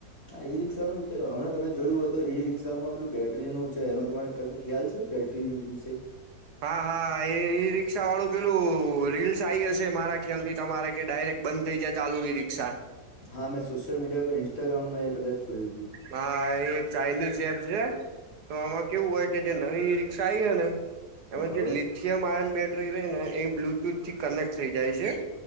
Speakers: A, on the left; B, on the right.
A: હા ઈ રિક્ષાનું છે હમણાં તમે જોયું હો તો ઈ રિક્ષામાં પેલું બેટરીનું છે એનું તમારે કશું ખ્યાલ છે. બેટરી વિ વિશે.
B: હા હા એ ઈ રિક્ષા વાળું પેલું રીલ્સ આ આવી જશે મારા ખ્યાલ થી તમારે કે ડાયરેક્ટ બંધ થઇ જાય ચાલુ એ રીક્ષા.
A: હા મેં સોશિલ મડિયા પર ઇન્સ્ટાગ્રામમાં કદચ જોયું હતું.
B: હા એ એક ચાઇનીઝ એપ છે તો આમાં કેવું હોય. કે જે નવી રિક્ષા આઈ હે ને
A: બરાબર
B: એમાં જે લી સીમ આયન બેટરી રહી ને એ બ્લુટુથ થી કનેક્ટ થઈ જાય છે